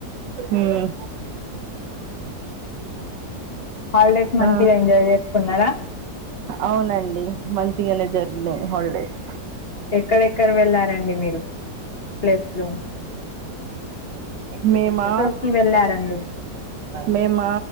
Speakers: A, on the right; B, on the left.
A: ఉమ్
B: హాలిడేస్ మంచిగా
A: ఆ,
B: ఎంజాయ్ చేసుకున్నరా?
A: అవునండి మంచిగనే జరిగినయి హాల్డేస్.
B: ఎక్కడెక్కడ వెళ్ళారండి మీరు, ప్లేస్లు?
A: మేమా
B: కి వెళ్ళారండి
A: మేమ్